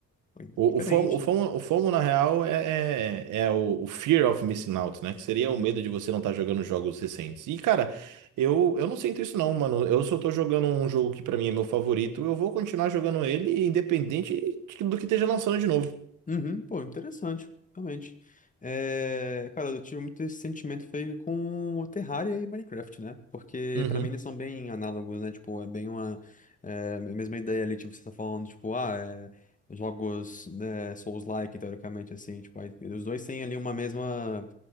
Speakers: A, on the left; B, on the right.
A: Foi
B: O,
A: diferente,
B: o FOMO, o FOMO,
A: né?
B: o FOMO, na real, é, é, é o, o Fear of Missing Out, né? Que seria
A: Uhum.
B: o medo de você não estar jogando jogos recentes. E, cara, eu, eu não sinto isso não, mano. Eu só tô jogando um jogo que pra mim é meu favorito. Eu vou continuar jogando ele, independente de- do que esteja lançando de novo.
A: Uhum, pô, interessante, realmente. É, cara, eu tive muito esse sentimento feio com o Terraria e Minecraft, né? Porque
B: Uhum.
A: pra mim eles são bem análogos, né? Tipo, é bem uma é, a mesma ideia ali, tipo, você tá falando, tipo, ah, é, jogos né, Souls-like, teoricamente, assim, tipo, aí, os dois têm ali uma mesma